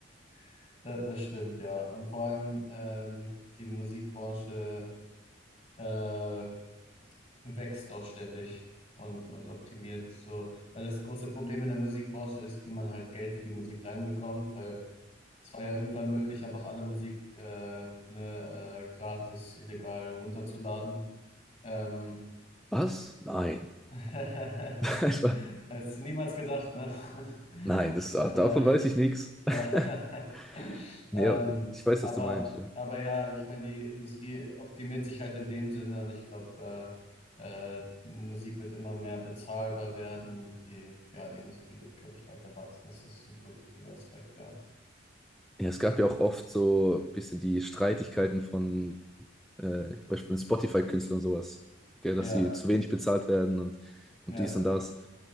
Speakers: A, on the left; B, in the centre.
A: <laughs> das, das stimmt, ja. Und vor allem ähm, die Musikbranche äh, wächst auch ständig und, und optimiert so. Weil das große Problem in der Musikbranche ist, wie man halt Geld für die Musik reinbekommt, weil es war ja irgendwann möglich, einfach alle Musik äh, ne, äh, gratis, illegal runterzuladen. Ähm,
B: Was? Nein.
A: <laughs>
B: <laughs> Ich war-
A: hast du niemals gedacht, ne? <laughs>
B: Nein, das,
A: äh,
B: ah, davon
A: äh,
B: weiß ich nichts. <laughs>
A: Ja. <laughs>
B: Nee,
A: Ähm,
B: aber ich weiß,
A: aber,
B: was du meinst. Ja.
A: aber ja, ich meine, die Industrie optimiert sich halt in dem Sinne und ich glaube, äh, äh, Musik wird immer mehr bezahlbar werden und die, ja, die Industrie wird, glaube ich, weiter wachsen. Das ist ein positiver Aspekt, ja.
B: Ja, es gab ja auch oft so ein bisschen die Streitigkeiten von äh, zum Beispiel Spotify-Künstlern und sowas, gell,
A: Ja,
B: dass sie zu wenig bezahlt werden und, und
A: ja,
B: dies und das.